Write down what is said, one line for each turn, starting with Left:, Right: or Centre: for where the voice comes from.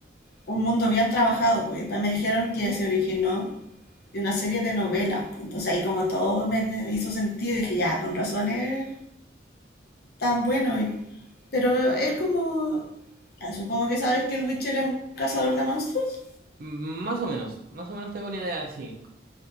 Left: un mundo bien trabajado, porque después me dijeron que se originó de una serie de novelas, pues, entonces ahí como todo me hizo sentido, dije, ya, con razones tan bueno, y- pero es como, ah, supongo que sabes que el Witcher es un cazador de monstruos,
Right: Mm, Más o menos, más o menos tengo una idea así.